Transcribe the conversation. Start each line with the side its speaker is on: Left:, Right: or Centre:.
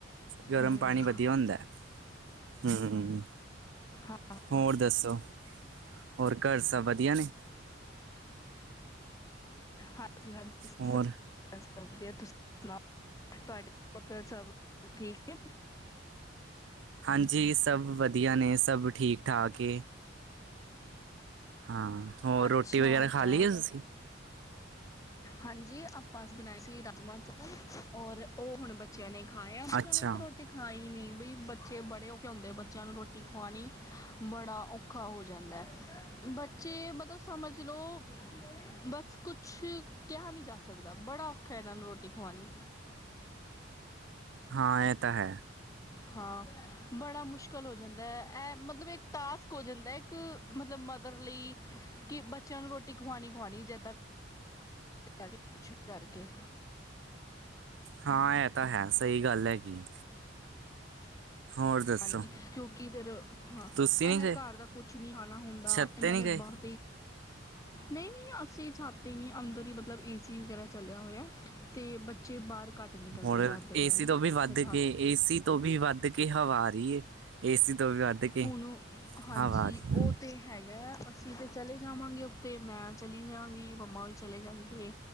Right: ਗਰਮ
Left: ਹਮ
Right: ਪਾਣੀ ਵਧੀਆ ਹੁੰਦਾ ਹਮ
Left: ਹਾਂ ਹਾਂ
Right: ਹੋਰ ਦੱਸੋ? ਹੋਰ ਘਰ ਸਭ ਵਧੀਆ ਨੇ?
Left: ਹਾਂਜੀ -ਹਾਂਜੀ
Right: ਹੋਰ
Left: ਵਧੀਆ ਤੁਸੀਂ ਸੁਣਾਓ ਤੁਹਾਡੇ ਉਧਰ ਸਭ ਠੀਕ ਨੇ?
Right: ਹਾਂਜੀ, ਸਭ ਵਧੀਆ ਨੇ, ਸਭ ਠੀਕ ਠਾਕ ਏ। ਹਾਂ, ਹੋਰ
Left: ਅੱਛਾ
Right: ਰੋਟੀ ਵਗੈਰਾ
Left: ਅੱਛਾ
Right: ਖਾ ਲਈਏ ਤੁਸੀਂ?
Left: ਹਾਂਜੀ, ਆਪਾਂ ਅਜ ਬਣਾਏ ਸੀ ਰਾਜਮਾ ਚਾਵਲ ਔਰ ਉਹ ਹੁਣ ਖਾਏ ਆ ਮ
Right: ਅੱਛਾ
Left: ਚ ਨਹੀਂ ਤਾਂ ਰੋਟੀ ਖਾਈ ਨਹੀਂ ਬ ਬੱਚੇ ਬੜੇ ਔ ਖੇ ਹੁੰਦੇ ਬੱਚਿਆਂ ਨੂੰ ਰੋਟੀ ਖਵਾਣੀ ਬੜਾ ਔਖਾ ਹੋ ਜਾਂਦਾ ਹੈ, ਬੱਚੇ ਦੋਂ ਸਮਝ ਲਓ, ਬਸ ਕੁੱਛ ਕਿਹਾ ਨੀ ਜਾ ਸਕਦਾ, ਬੜਾ ਔਖਾ ਐਂ, ਇਹਨਾਂ ਨੂੰ ਰੋਟੀ ਖਵਾਣੀ।
Right: ਹਾਂ ਇਹ ਤਾਂ ਹੈ।
Left: ਹਾਂ, ਬੜਾ ਮੁਸ਼ਕਿਲ ਹੋ ਜਾਂਦਾ, ਐਹ ਮਤਲਬ ਇੱਕ ਟਾਸਕ ਹੋ ਜਾਂਦਾ ਏ। ਇੱਕ ਮਤਲਬ ਮਦਰ ਲਈ ਕਿ ਬੱਚਿਆਂ ਨੂੰ ਰੋਟੀ ਖਵਾਣੀ -ਖਵਾਣੀ ਜਿੱਦਾਂ ਕੁੱਛ ਵੀ ਕਰਕੇ।
Right: ਹਾਂ ਐ ਤਾਂ ਹੈ, ਸਹੀ ਗੱਲ ਹੈਗੀ ਹੋਰ ਦੱਸੋ
Left: ਹਾਂਜੀ, ਕਿਉਂਕਿ ਫਿਰ, ਹਾਂ
Right: ਤੁਸੀਂ ਨੀ
Left: ਇਹਨਾਂ
Right: ਗਏ
Left: ਘਰ ਦਾ ਕੁੱਛ ਨੀ ਖਾਣਾਂ ਹੁੰਦਾ,
Right: ਛੱਤ
Left: ਇਹਨਾਂ
Right: ਤੇ ਨਹੀਂ
Left: ਨੇ
Right: ਗਏ
Left: ਬਾਹਰ ਨਹੀਂ -ਨਹੀਂ ਅਸੀਂ ਛੱਤ ਤੇ ਨੀ ਅੰਦਰ ਹੀ ਮਤਲਬ ਏਸੀ ਵਗੈਰਾ ਚਲਿਆ ਹੋਇਆ। ਤੇ ਬੱਚੇ ਬਾਹਰ ਘੱਟ ਨਿਕਲਦੇ
Right: ਹੋਰ
Left: ਰਾਤ ਦੇ ਟਾਇਮ
Right: ਏਸੀ ਤੋਂ
Left: ਨਾ,
Right: ਵੀ ਵੱਧ
Left: ਕੁੱਛ ਹਾਂ
Right: ਕੇ ਏਸੀ ਤੋਂ ਵੀ ਵੱਧ ਕੇ ਹਵਾ ਆ ਰੀ ਏ, ਏਸੀ ਤੋਂ ਵੀ ਵੱਧ ਕੇ
Left: ਹੁਣੋ, ਹਾਂਜੀ
Right: ਹਵਾ ਆ ਰਹੀ ਹੈ
Left: ਉਹ ਤੇ ਹੈਗਾ, ਅਸੀਂ ਤਾਂ ਚਲੇ ਜਾਵਾਂਗੇ ਉੱਤੇ ਮੈਂ ਚਲੀ ਜਾਵਾਂਗੀ ਮੰਮਾ ਵੀ ਚਲੇ ਜਾਣਗੇ,